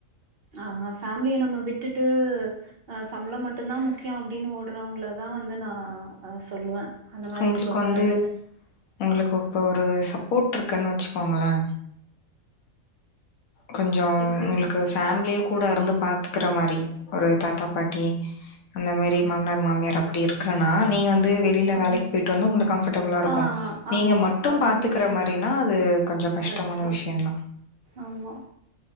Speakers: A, on the right; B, on the left.
A: ஆ ஃபேமிலிய நம்ம விட்டுட்டு அ சம்பளோ மட்டுந்தா முக்கியோ அப்டின்னு ஓடுறவுங்கள தா வந்து நா அ சொல்லுவே அந்த மாரி
B: ஒங்களுக்கு
A: இருக்க
B: வந்து
A: கூடாதுன்னு
B: ஒங்களுக்கு இப்ப ஒரு சப்போர்ட் இருக்குன்னு வச்சுக்கோங்களே கொஞ்சோ
A: எப்டி
B: ஒங்களுக்கு ஃபேமிலியே கூட இருந்து பாத்துக்கிற மாரி ஒரு தாத்தா பாட்டி அந்த மாரி மாமனார் மாமியார் அப்டி இருக்கறனா நீ வந்து வெளில வேலைக்
A: ம்
B: போயிட்டு வந்து ஒங்களுக்கு கம்ஃபட் டபுளா இருக்கு
A: ஆ
B: நீங்க
A: ஆமா
B: மட்டு
A: அதுவுமே
B: பாத்துக்ற
A: இருக்கு
B: மாரினா அது கொஞ்சோ கஷ்டமான
A: கஷ்டோ
B: விஷயந் தா
A: ஆமா